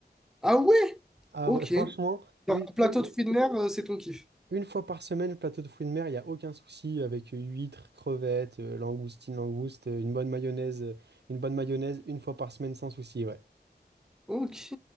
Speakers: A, in the centre; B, on the right.
A: Ah ouais?
B: Ah
A: Ok.
B: ouais, franchement,
A: Genre,
B: une,
A: plateau
B: une-
A: de fruits de mer, euh, c'est ton kiff.
B: une fois par semaine, le plateau de fruits de mer, il n'y a aucun souci avec euh, huîtres, crevettes, euh, langoustines, langoustes, euh, une bonne mayonnaise, euh, une bonne mayonnaise, une fois par semaine sans souci, ouais.
A: Ok.